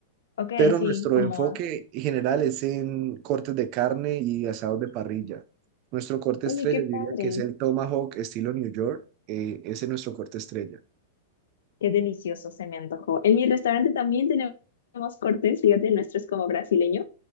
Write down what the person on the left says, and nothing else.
Ok,
sí,
como...
Oye,
qué
padre.
Qué delicioso se me antojó. En mi restaurante también tenemos cortes, fíjate, el nuestro es como brasileño.